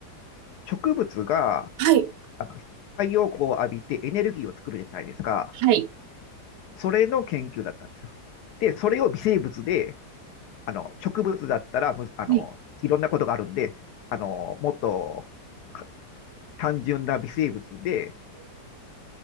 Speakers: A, on the left; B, on the right.
A: 植物が、
B: はい、
A: あの、太陽光を浴びてエネルギーを作るじゃないですか。
B: はい、
A: それの研究だったんですよ。で、それを微生物で、あの、植物だったら、むあの、
B: はい。う
A: いろんなことがあるんで、あの、もっとか単純な微生物で、